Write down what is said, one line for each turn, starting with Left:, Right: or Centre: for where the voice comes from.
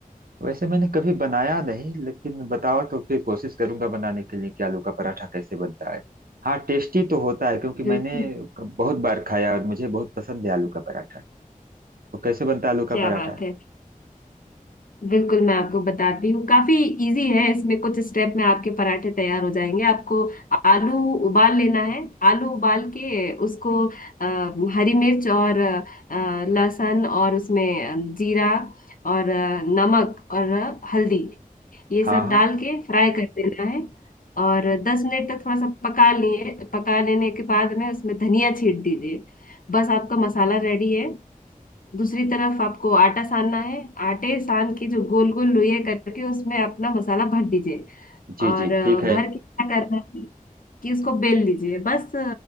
Right: वैसे मैंने कभी बनाया नहीं लेकिन बताओ तो फिर कोशिश करूंगा बनाने के लिए कि आलू का पराठा कैसे बनता है हाँ टेस्टी तो होता है क्योंकि
Left: बिल्कुल
Right: मैंने बहुत बार खाया और मुझे बहुत पसंद है आलू का पराठा तो कैसे बनता है आलू का
Left: क्या
Right: पराठा
Left: बात है बिल्कुल मैं आपको बताती हूँ काफी इजी है इसमें कुछ स्टेप में आपके पराठे तैयार हो जाएंगे आपको आलू उबाल लेना है आलू उबाल के उसको आ, हरी मिर्च और अ, लहसुन और उसमें अ, जीरा और अ, नमक और अ, हल्दी ये
Right: हाँ
Left: सब
Right: हाँ
Left: डाल के फ्राई कर देना है और दस मिनट तक थोड़ा सा पका लिए पका लेने के बाद में उसमें धनिया छीट दीजिए बस आपका मसाला रेडी है दूसरी तरफ आपको आटा सानना है आटे सान के जो गोल गोल लोई करके उसमें अपना मसाला भर दीजिए
Right: जी
Left: और
Right: जी
Left: अ,
Right: ठीक है
Left: भर के क्या करना है कि उसको बेल लीजिए बस अ,